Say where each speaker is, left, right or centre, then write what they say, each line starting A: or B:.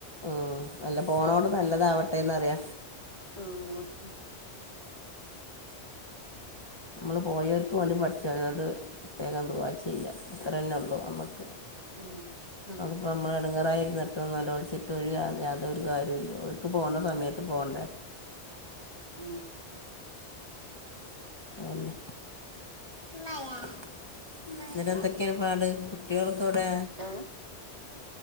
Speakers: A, on the left; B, on the right.
A: ഉം അല്ല പോണോട് നല്ലതാവട്ടെന്ന് അറിയ.
B: മം
A: നമ്മൾ പോയൊർക്ക് വേണ്ടി പടച്ചോനോട് പ്രത്യേകംദുവാ ചെയ്യ. അത്രന്നെ ഉള്ളൂ നമുക്ക്.
B: ഉംമം മം
A: പ്പോ നമ്മൾ എടുങ്ങെറായിരുന്നിട്ടും നോലോൽച്ട്ടും ഒരു യാതൊരു കാര്യവുംല്ല ഒർക്ക് പോണ്ട സമയത്ത് പോണ്ടെ.
B: ഉംമം
A: അതെന്നെ <unintelligible> ഇന്നട്ട് എന്തൊക്കെയാണ് പാട് കുട്ടികൾക്കെ എവ്ടെ?
B: ഏ